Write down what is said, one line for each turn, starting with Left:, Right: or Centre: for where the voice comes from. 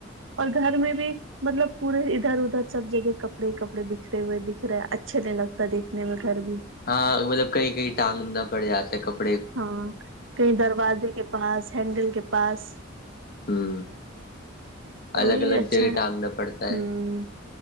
Right: اور گھر میں بھی مطلب پورے ادھر ادھر سب جگہ کپڑے کپڑے بکھرے ہوئے دکھ رہے اچھے نہیں لگتا دیکھنے میں گھر بھی
Left: ہاں مطلب کہیں کہیں ٹانگندنا پڑ جاتا ہے کپڑ
Right: ہاں کہیں دروازے کے پاس ہینڈل کے پاس
Left: ہوں
Right: تو
Left: الگ
Right: وہی
Left: الگ
Right: اچھا
Left: جگہ ٹانگنا پڑتا
Right: ہوں
Left: ہے